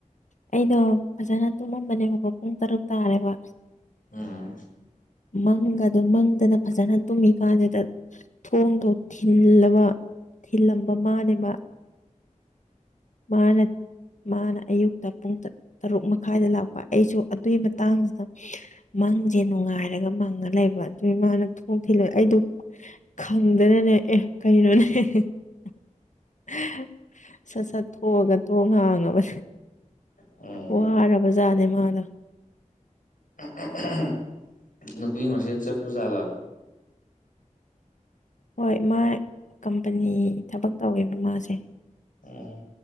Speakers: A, on the left (about 65°); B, on the left (about 85°).
A: ꯑꯩꯗꯣ ꯐꯖꯅ ꯇꯨꯝꯃꯝꯕꯅꯦꯕꯀꯣ ꯄꯨꯡ ꯇꯔꯨꯛ ꯇꯥꯔꯦꯕ
B: ꯑꯥ
A: ꯃꯪꯒꯗꯣ ꯃꯪꯗꯅ ꯐꯖꯅ ꯇꯨꯝꯃꯤꯀꯥꯟꯗꯨꯗ ꯊꯣꯡꯗꯣ ꯊꯤꯟ ꯊꯤꯜꯂꯕ ꯊꯤꯜꯂꯝꯕ ꯃꯥꯅꯦꯕ ꯃꯥꯅ ꯃꯥꯅ ꯑꯌꯨꯛꯇ ꯄꯨꯡ ꯇꯔꯨꯛ ꯃꯈꯥꯏꯗ ꯂꯥꯛꯄ ꯑꯩꯁꯨ ꯑꯗꯨꯏ ꯃꯇꯥꯡꯗꯨꯗ ꯃꯪꯖꯦ ꯅꯨꯡꯉꯥꯏꯔꯒ ꯃꯪꯉ ꯂꯩꯕ ꯑꯗꯨꯏ ꯃꯥꯅ ꯊꯣꯡ ꯊꯤꯜꯂꯒ ꯑꯩꯗꯣ ꯈꯪꯗꯅꯅꯦ ꯑꯦ ꯀꯩꯅꯣꯅꯦ <unintelligible> <unintelligible> ꯁꯠ ꯁꯠ ꯊꯣꯛꯑꯒ ꯊꯣꯡ ꯍꯥꯡꯉꯕ
B: ꯎꯝ
A: ꯋꯥꯔꯕꯖꯥꯠꯅꯦ ꯃꯥꯗꫭ
B: <unintelligible> ꯅꯨꯄꯤ ꯃꯁꯦꯟ ꯆꯠꯄ ꯖꯥꯠꯂꫭ
A: ꯍꯣꯏ ꯃꯥ ꯀꯝꯄꯅꯤ ꯊꯕꯛ ꯇꯧꯋꯦꯕ ꯃꯥꯁꯦ
B: ꯎꯝ